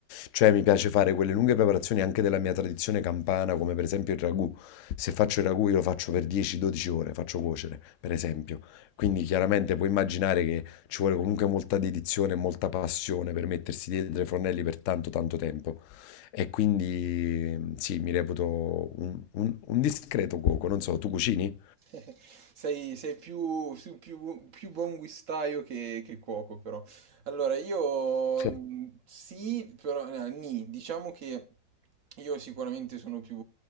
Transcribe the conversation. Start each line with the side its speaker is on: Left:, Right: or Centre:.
Left: Cioè mi piace fare quelle lunghe preparazioni anche della mia tradizione campana, come per esempio il ragù. Se faccio il ragù io lo faccio per 10-12 ore, faccio cuocere, per esempio. Quindi chiaramente puoi immaginare che ci vuole comunque molta dedizione e molta passione per mettersi dietro ai fornelli per tanto tanto tempo. E quindi sì, mi reputo un, un- un discreto cuoco. Non so, tu cucini?
Right: <laughs> Sei, sei più, sei più, più buon guistaio che, che cuoco, però. Allora, io
Left: Sì.
Right: mh, sì, però no, nì, diciamo che io sicuramente sono più